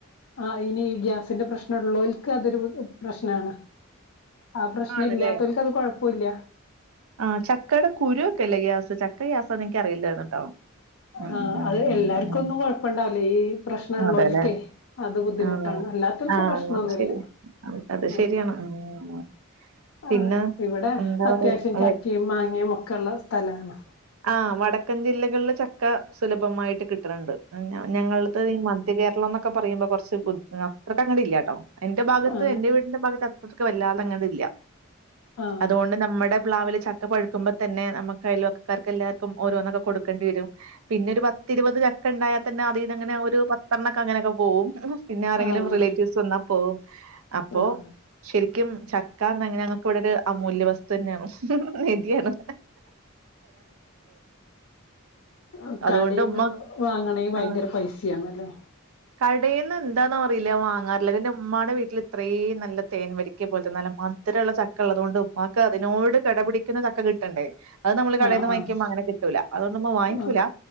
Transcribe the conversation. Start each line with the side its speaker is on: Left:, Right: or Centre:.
Left: ആഹ് ഇനി ഗ്യാസിന്റെ പ്രശ്നം ഉള്ളോർക്ക് അതൊരു പ്രശ്നണ് ആ പ്രശ്നം
Right: ആണല്ലേ
Left: ഇല്ലാത്തവർക്ക് അത് കൊഴപ്പൊയില്ല
Right: ആഹ് ചക്കയുടെ കുരു ഒക്കെ അല്ലേ ഗ്യാസ് ചക്ക ഗ്യാസാ ന്ന് എനിക്ക അറിയില്ലായിരുന്നു ട്ടോ ഉം
Left: ആ
Right: ഉം,
Left: അത് എല്ലാർക്കും
Right: ഉം.
Left: ഒന്നും കൊഴപ്പ ഇണ്ടാവില്ലേ ഈ പ്രശ്നള്ളോൽക്കേ,
Right: അതെല്ലേ?
Left: അത് ബുദ്ധിമുട്ടാണ്
Right: ആഹ്.
Left: അല്ലാത്തർക്
Right: ആഹ്
Left: പ്രശ്നൊന്നുല്ല
Right: അത് ശെരിയാ. അത്
Left: ഉം..
Right: ശെരിയാണ്. ഉം പിന്നെ
Left: ആഹ് ഇവിടെ
Right: എന്താ
Left: അത്യാവശ്യം
Right: പറയാ
Left: ചക്കയും മാങ്ങയും ഒക്കെ ഉള്ള സ്ഥലാണ്.
Right: ആഹ് വടക്കൻ ജില്ലകളില് ചക്ക സുലഭമായിട്ട് കിട്ടുന്നുണ്ട് ഞങ്ങള്ത്തീ.. മധ്യ കേരളം എന്നൊക്കെ പറയ്മ്പോ കൊർച് ബു അത്രക്ക അങ്ങടില്ല കേട്ടോ എന്റെ ഭാഗത്ത്
Left: ആഹ്
Right: എന്റെ വീടിന്റെ ഭാഗത്ത്.. നമുക്ക് വല്ലാതങ്ങ് ഇല്ല
Left: ആഹ്
Right: അതുകൊണ്ട് നമ്മടെ.. പ്ലവില് ചക്ക പഴ്ക്കുമ്പോ തന്നെ നമുക്ക് അയൽവക്കക്കാർക്ക് എല്ലാർക്കും ഓരോന്നൊക്കെ കൊടുക്കേണ്ടി വരും. പിന്നെ ഒരു പത്തിരുപത് ചക്ക ഉണ്ടായാൽ തന്നെ അതിൽന്ന് അങ്ങനെ ഒരു പത്തെണ്ണക്കെ അങ്ങനെയൊക്കെ പോവും, പിന്നെ ആരെങ്കിലും
Left: ആഹ്
Right: റിലേറ്റീവ്സ് വന്നാ പോവും അപ്പോ.
Left: ആഹ്
Right: ശരിക്കും ചക്കാന്ന് അങ്ങനെ ഞങ്ങക്ക് ഇവിടെ ഒരു അമൂല്യ വസ്തു തന്നെയാണ്. നിതിയാണ്..
Left: ആഹ്
Right: അതുകൊണ്ട്
Left: കടേന്ന്
Right: ഉമ്മ
Left: വാങ്ങണെങ്കിൽ ഭയങ്കര..
Right: ആഹ്
Left: പൈസ ആണല്ലേ
Right: കടേന്ന് എന്താന്നറിയില്ല വാങ്ങാറില്ല അന്റെ ഉമ്മാടെ വീട്ടിൽ ഇത്രയും നല്ല തേൻ വരിക്ക ക്കേ പോലെത്തെ നല്ല മധുരള്ള ചക്ക ഉള്ളതുകൊണ്ട് ഉമ്മാക്ക് അതിനോട് കെടപിടിക്കുന്ന ചക്ക കിട്ടണ്ടേ അത് നമ്മള് കടയേന്ന്
Left: ആഹ്
Right: വാങ്ങിക്കുമ്പോ
Left: ആഹ്
Right: അങ്ങനെ കിട്ടൂല്ല അതുകൊണ്ട് നമ്മ വാങ്ങിക്കൂല്ല
Left: ആഹ്